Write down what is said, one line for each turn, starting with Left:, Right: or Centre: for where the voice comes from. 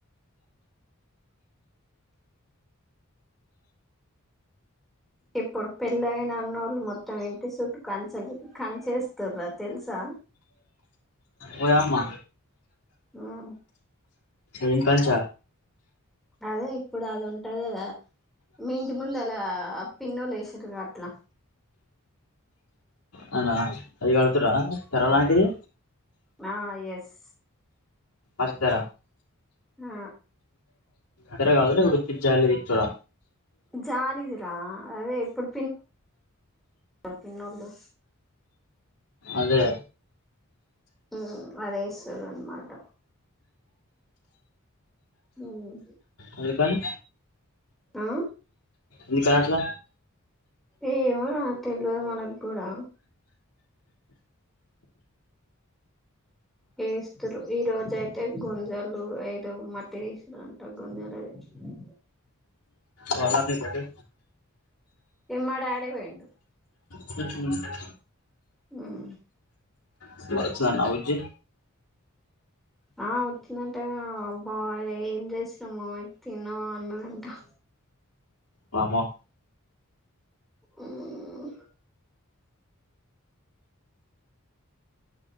Centre: ఇప్పుడు పెళ్ళయిన అన్నోళ్ళు మొత్తం ఇంటి చుట్టూ కంచ కంచేస్తూర్రా తెలుసా
Left: ఓయమ్మ
Centre: ఉమ్
Left: ఏం కంచ
Centre: అదే ఇప్పుడు అది ఉంటది కదా మీ ఇంటి ముందు అలా పిన్నోళ్లు వేసుండ్రుగాట్లా
Left: అవునా అది కడుతురా తెర లాంటిది
Centre: ఆ ఎస్
Left: అడ్డు తెర
Centre: ఆ
Left: తెర ఉత్తిగ జాల్డ్రీ తిప్పుతుర్ర
Centre: జాలిదీరా అదే ఇప్పుడు పినొల్లు
Left: అదే
Centre: ఉమ్ అదేస్తుర్రూ అన్నమాట ఉమ్
Left: అందుకని
Centre: ఆ
Left: నీ కాట్లా
Centre: ఏమోరా తెల్వదు మనకూడా వేస్తురు ఈ రోజ అయితే గుంజలు ఏదో మట్టి తీసురంట గుంజలు అది మ్
Left: వారానికోటి
Centre: ఎమ్మాడాడి పోయిండు
Left: ఉమ్ హు
Centre: ఉమ్
Left: సుధ వచ్చిందంటనా ఊరికి
Centre: ఆ వచ్చిందంటగా అబ్బా ఏం చేసినము తిన్నావు అన్నారంటా
Left: మామ
Centre: ఉమ్